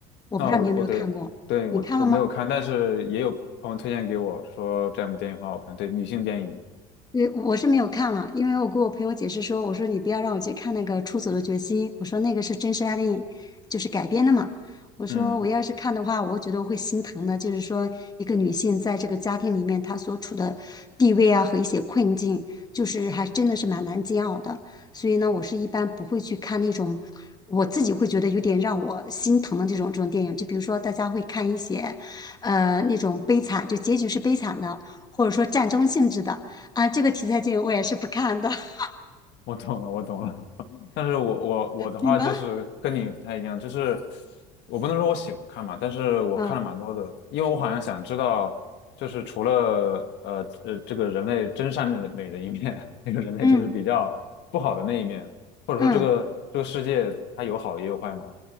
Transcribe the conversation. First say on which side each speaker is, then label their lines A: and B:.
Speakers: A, on the left (about 20°); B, on the left (about 60°).
A: 我不知道你有没有看过，
B: 啊，我我对对我我没有看，
A: 你看了吗？
B: 但是也有朋友推荐给我说这两部电影很好看，对女性电影，
A: 呃，我是没有看了，因为我跟我朋友解释说，我说你不要让我去看那个《出走的决心》，我说那个是真实案例，就是改编的嘛。我说我要是看的话，
B: 嗯。
A: 我觉得我会心疼的，就是说一个女性在这个家庭里面她所处的地位啊和一些困境，就是还真的是蛮难煎熬的。所以呢，我是一般不会去看那种我自己会觉得有点让我心疼的这种这种电影，就比如说大家会看一些呃那种悲惨，就结局是悲惨的，或者说战争性质的。啊，这个题材剧我也是不看的，<laughs>
B: 我懂了，我懂了。<laughs> 但是我我我的话就是跟你不太一样，
A: 你呢？
B: 就是我不能说我喜欢看嘛，但是我看了蛮多的，
A: 嗯
B: 因为我好像想知道，就是除了呃呃这个人类真善美的美的一面，<laughs> 那个人类就是比较不好的那一面，
A: 嗯
B: 或者说这个这个世界它有好也有坏嘛，
A: 嗯